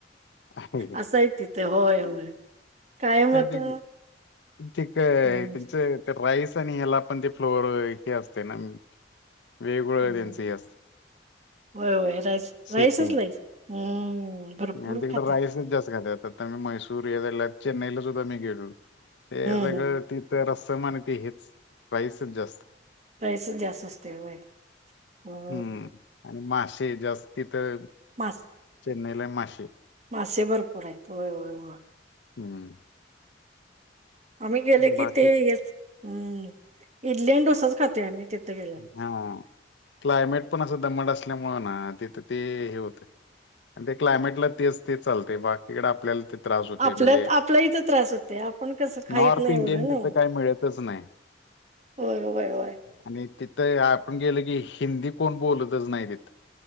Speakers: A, on the left (about 70°); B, on the right (about 40°).
A: आहे का
B: असंय तिथं. होय होय. कायम
A: नाही
B: आता
A: ते ते काय
B: हम्म
A: त्यांचं ते राईस आणि ह्याला पण, ते फ्लोर हे असते ना. वेगवेगळं
B: हम्म.
A: त्यांचं हे असते
B: होय होय राईस राईसच
A: सेटिंग
B: राईस. हम्म. भरपूर
A: आणि तिकडं
B: खातात
A: राईसच जास्त खात्यात. आता मी मैसूर हे झालं, चेन्नईला सुद्धा मी गेलेलो. ते
B: हम्म
A: सगळं
B: हम्म
A: तिथं, रस्सम आणि ते हेच. राईसच जास्त.
B: राईसच जास्त असतंय होय. हो.
A: हम्म, आणि मासे जास्ती तर
B: मास.
A: चेन्नईला माशे.
B: मासे भरपूर आहेत होय होय होय.
A: हम्म.
B: आम्ही गेले
A: बाकी
B: की ते हेच अं इडली आणि डोसाच खातो आम्ही तिथे गेल्यावर.
A: हां क्लायमेट पण असं दमट असल्यामुळें ना तिथं ते हे होतंय. आणि ते क्लायमेटला तेच ते चालतंय बाकीकडें आपल्याला ते त्रास होते
B: आपल्यात
A: म्हणजे
B: आपल्या इथं त्रास होतंय आपण कसं खाहीत
A: नॉर्थ
B: नाही
A: इंडियन
B: एवढं नाही.
A: तिथं काय मिळतच नाही
B: होय होय होय.
A: आणि तिथं आपण गेल की हिंदी कोण बोलतच नाही तिथं.